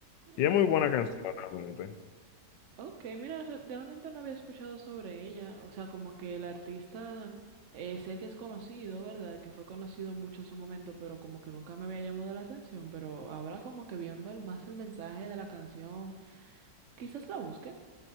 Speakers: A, on the left; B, on the right.
A: Y
B: o-
A: es muy buena canción realmente.
B: ok, mira, re- realmente no había escuchado sobre ella, o sea, como que el artista eh, sé que es conocido, ¿verdad? Que fue conocido mucho en su momento, pero como que nunca me había llamado la atención, pero ahora como que viendo el, más el mensaje de la canción, quizás la busque.